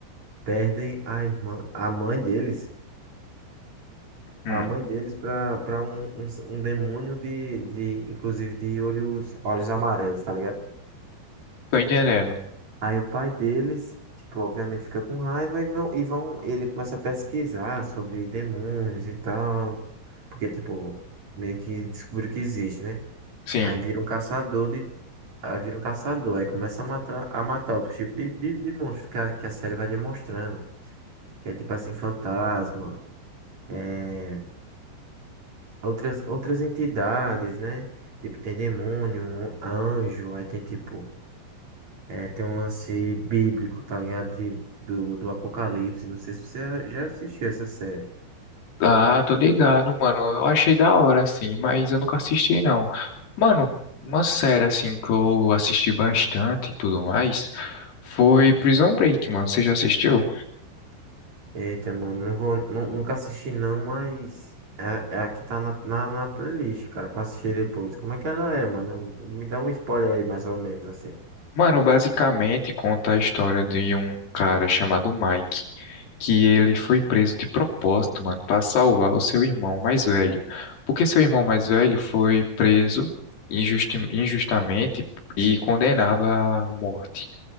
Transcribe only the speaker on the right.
perdem a irmã, a mãe deles.
a mãe deles para para um, um, um demônio de, de, inclusive, de olhos, olhos amarelos, tá ligado?
Aí o pai deles, tipo, obviamente fica com raiva e vão, e vão, ele começa a pesquisar sobre demônios e tal, porque, tipo, meio que descobriu que existe, né?
Aí vira um caçador de, aí vira um caçador, aí começa a matar, a matar outro tipo de, de, de monstros que a, que a série vai demonstrando, que é tipo assim, fantasma, é outras, outras entidades, né? Tipo, tem demônio, anjo, aí tem tipo, é, tem um lance bíblico, tá ligado? De, do, do Apocalipse. Não sei se você já assistiu essa série.
Eita, mano, não vou, nu- nunca assisti não, mas é, é a que tá na, na, na playlist, cara, pra assistir depois. Como é que ela é, mano? Me dá um spoiler aí, mais ou menos, assim.